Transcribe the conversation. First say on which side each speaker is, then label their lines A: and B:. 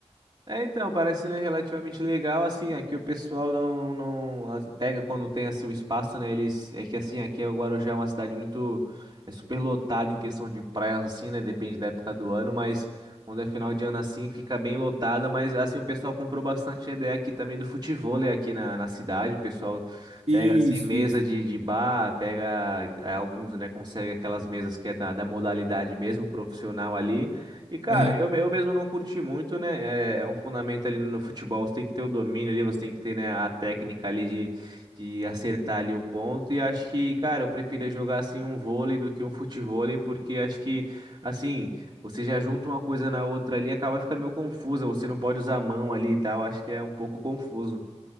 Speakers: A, on the right; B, on the right.
A: É, então, parece, né, relativamente legal, assim, aqui o pessoal não, não as- pega quando tem, assim, o espaço, né, eles, é que, assim, aqui o Guarujá é uma cidade muito, é super lotada em questão de praias, assim, né, depende da época do ano, mas quando é final de ano, assim, fica bem lotada, mas, assim, o pessoal comprou bastante a ideia aqui também do futevôlei aqui na, na cidade, o pessoal
B: Isso,
A: pega, assim, mesa
B: isso.
A: de, de bar, pega, é, alguns, né, consegue aquelas mesas que é da, da modalidade mesmo, profissional ali, e, cara,
B: Aham.
A: eu, eu mesmo não curti muito, né? É é um fundamento ali no futebol, você tem que ter o domínio ali, você tem que ter, né, a técnica ali de, de acertar ali o ponto. E acho que, cara, eu preferia jogar assim um vôlei do que um futevôlei, porque acho que, assim, você já junta uma coisa na outra ali, acaba ficando meio confusa, você não pode usar a mão ali e tal, acho que é um pouco confuso.